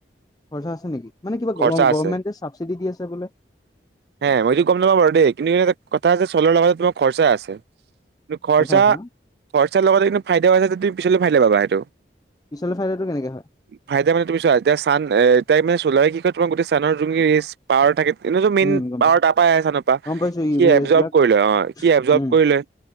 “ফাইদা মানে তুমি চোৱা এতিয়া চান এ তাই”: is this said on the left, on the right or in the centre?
Right